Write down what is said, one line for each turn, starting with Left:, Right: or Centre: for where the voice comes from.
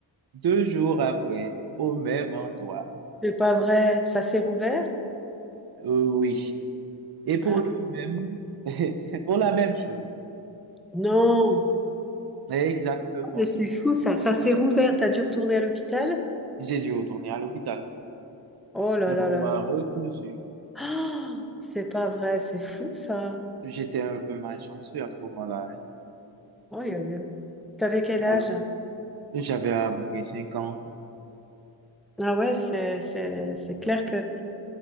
Right: deux jours après au même endroit.
Centre: C'est pas vrai. Ça s'est rouvert?
Right: Euh, oui. Et pour
Centre: Ah
Right: le même, <laughs> pour la même chose.
Centre: non.
Right: Exactement.
Centre: Oh, Mais c'est fou ça, ça s'est rouvert, t'as dû retourner à l'hôpital?
Right: J'ai dû retourner à l'hôpital.
Centre: Oh là
Right: Et On
Centre: là là
Right: m'a
Centre: là.
Right: recousu.
Centre: Ah, c'est pas vrai, c'est fou ça.
Right: J'étais un peu malchanceux à ce moment-là.
Centre: Oh, T'avais quel âge?
Right: hein. J'avais à peu près cinq ans.
Centre: Ah ouais, c'est c'est c'est clair que